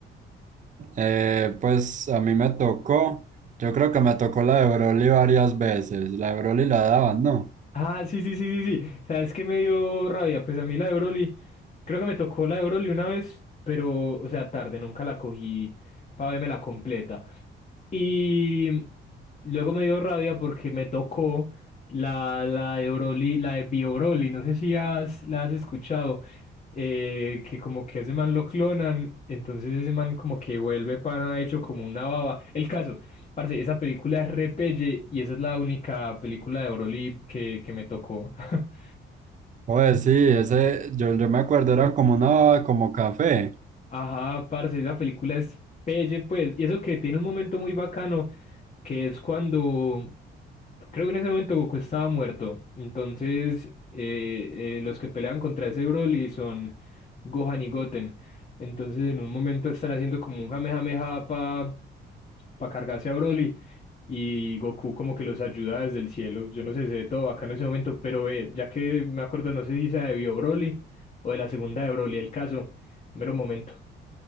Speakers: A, on the right; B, on the left.
A: Eh, pues a mí me tocó, yo creo que me tocó la de Broly varias veces. La de Broly la daban, ¿no?
B: Ah, sí, sí, sí, sí, sí. ¿Sabes qué me dio rabia? Pues a mí la de Broly, creo que me tocó la de Broly una vez, pero, o sea, tarde, nunca la cogí para verme la completa. Y luego me dio rabia porque me tocó la, la de Broly, la de Bio Broly, no sé si has, la has escuchado, eh, que como que a ese man lo clonan, entonces ese man como que vuelve pana hecho como una baba. El caso, parce, esa película es repelle y esa es la única película de Broly que, que me tocó. <laughs>
A: Oye, sí, ese, yo, yo me acuerdo, era como una, como café.
B: Ajá, parce, esa película es pelle, pues, y eso que tiene un momento muy bacano que es cuando, creo que en ese momento Goku estaba muerto, entonces eh, eh, los que pelean contra ese Broly son Gohan y Goten, entonces en un momento están haciendo como un jamejameja para cargarse a Broly y Goku como que los ayuda desde el cielo, yo no sé, se ve todo acá en ese momento, pero ve ya que me acuerdo, no sé si se debió Broly o de la segunda de Broly, el caso, mero momento.